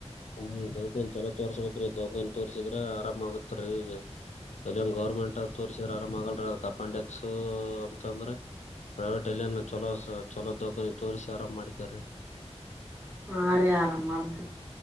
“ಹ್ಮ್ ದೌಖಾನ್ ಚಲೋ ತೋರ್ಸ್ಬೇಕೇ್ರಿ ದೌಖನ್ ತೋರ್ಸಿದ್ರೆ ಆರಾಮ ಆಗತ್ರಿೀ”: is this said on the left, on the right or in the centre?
Left